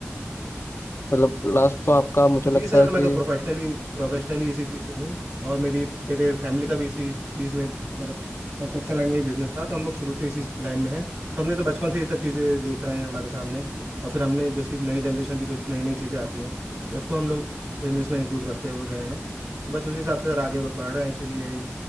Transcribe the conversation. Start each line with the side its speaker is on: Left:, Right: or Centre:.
Left: मतलब लास्ट तो आपका मुझे लगता
Right: जी सर
Left: है
Right: मैं
Left: कि
Right: तो प्रोफेशनली प्रोफेशनली इसी चीज़ में हूँ और मेरी मेरे फैमिली का भी इसी चीज़ में मतलब कंस्ट्रक्शन लाइन में ही बिजनेस था तो हम लोग शुरू से इसी लाइन में हैं तो हमने तो बचपन से ये सब चीज़ें देख रहे हैं हमारे सामने और फिर हमने जैसी नई जनरेशन की जो नई नई चीज़ें आती हैं तो उसको हम लोग बिजनेस में इंक्लूड करते हुए गए हैं तो बस उसी हिसाब से सर आगे बढ़ रहे हैं इसीलिए